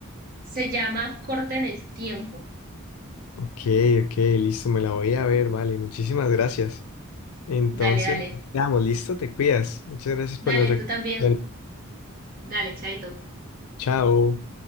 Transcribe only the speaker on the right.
Se llama Corta en el tiempo.
Dale, dale.
Dale,
tú también. Dale, chaito.